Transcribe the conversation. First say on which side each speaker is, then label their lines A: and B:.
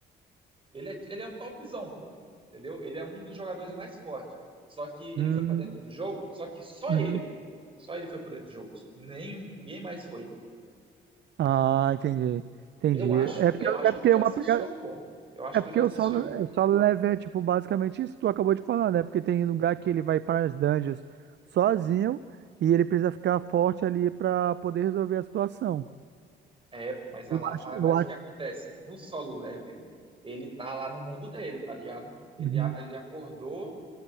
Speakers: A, on the right (about 25°); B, on the right (about 60°).
A: Ele é, ele é o topzão, pô. Entendeu? Ele é um dos jogadores mais fortes. Só que ele
B: Hum,
A: foi pra dentro do jogo, só que só
B: uhum.
A: ele, pô. Só ele foi pra dentro do jogo. Nem, ninguém mais foi.
B: Ah, entendi. Entendi.
A: Eu acho,
B: É porque,
A: eu acho
B: é
A: que
B: porque
A: tu já
B: é uma
A: assistiu,
B: pegada.
A: pô. Eu acho
B: É
A: que
B: porque
A: eu já
B: o
A: assistiu.
B: solo, é, o solo level é tipo basicamente isso que tu acabou de falar, né? Porque tem lugar que ele vai para as dungeons sozinho e ele precisa ficar forte ali para poder resolver a situação.
A: É, pô, mas, a lá,
B: Acho-
A: a-
B: eu
A: mas
B: acho.
A: o que acontece? No solo leveling, ele tá lá no mundo dele, tá ligado? Ele,
B: Uhum,
A: a- ele acordou,